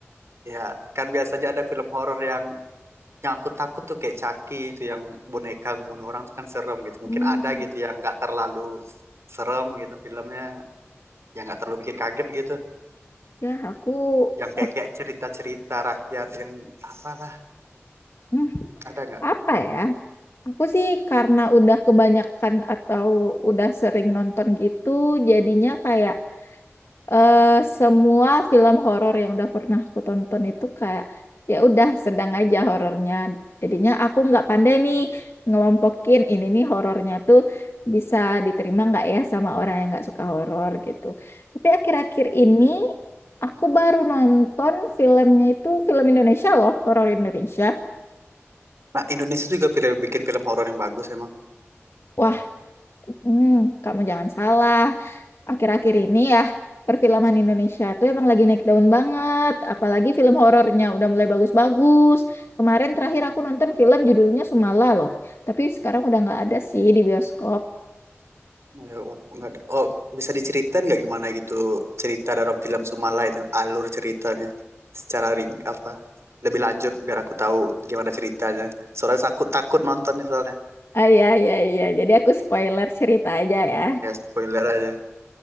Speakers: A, on the right (about 70°); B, on the left (about 60°).
A: Ya, kan biasanya ada film horor yang yang aku takut tuh kayak Chucky itu yang boneka bunuh orang tuh kan serem gitu. Mungkin
B: Hmm,
A: ada gitu yang nggak terlalu serem gitu filmnya, yang nggak terlalu bikin kaget gitu.
B: ya aku
A: yang kayak
B: eh,
A: cerita-cerita rakyat yang apalah
B: hmm,
A: ada nggak
B: apa ya? Aku sih karena udah kebanyakan atau udah sering nonton gitu, jadinya kayak eh, semua film horor yang udah pernah aku tonton itu kayak ya udah sedang aja horornya. Jadinya aku nggak pandai nih ngelompokin ini nih horornya tuh bisa diterima nggak ya sama orang yang nggak suka horor gitu. Tapi akhir-akhir
A: gitu
B: ini aku baru nonton filmnya itu film Indonesia loh, horor Indonesia.
A: nah Indonesia juga pilih bikin film horor yang bagus emang
B: Wah, hmm, kamu jangan salah. akhir-akhir ini ya perfilman Indonesia tuh emang lagi naik daun banget apalagi film horornya udah mulai bagus-bagus kemarin terakhir aku nonton film judulnya Sumala loh tapi sekarang udah nggak ada sih di bioskop
A: Ya, wah, nggak ada oh bisa diceritain nggak gimana gitu cerita dalam film Sumala itu alur ceritanya secara ring apa lebih lanjut biar aku tahu gimana ceritanya soalnya takut takut nontonnya soalnya
B: ah iya iya iya jadi aku spoiler cerita aja ya
A: ya spoiler aja